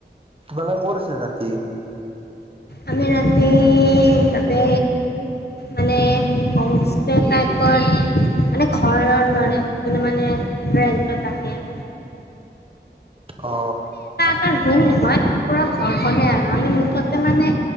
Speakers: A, on the right; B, on the left.
A: তোমাল কত আছিল ৰাতি
B: আমি ৰাতি তাতে মানে হোম ষ্টে টাইপৰ মানে ঘৰৰ দৰে মানে ৰন্টৰ সম
A: অ
B: ৰুম হয় পুৰা ঘৰখনেই আৰু আমি মুঠতে মানে